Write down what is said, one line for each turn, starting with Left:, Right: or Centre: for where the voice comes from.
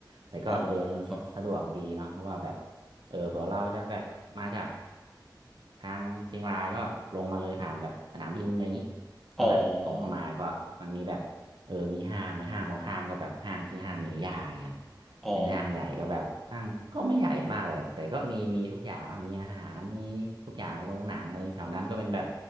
Right: แต่ก็เออมันสะสะดวกดีเนาะเพราะว่าแบบ
Centre: อ๋อครับ
Right: เออเผื่อเราจะแบบมาจากทางเชียงรายก็ลงมาเลยผ่านแบบสนามบินอะไรอย่างนี้แล้วแบบตรงเข้ามาก็มันมีแบบเออมีห้างหรือห้างตรงข้ามก็แบบห้างชื่อห้างมีนิยาอย่างเงี้ยครับ
Centre: อ๋ออ๋อ
Right: เป็นห้างใหญ่ก็แบบห้างก็ไม่ใหญ่มากเลยแต่ก็มีมีทุกอย่างนะมีอาหารมีทุกอย่างโรงหนังอะไรแถวนั้นก็เป็นแบบ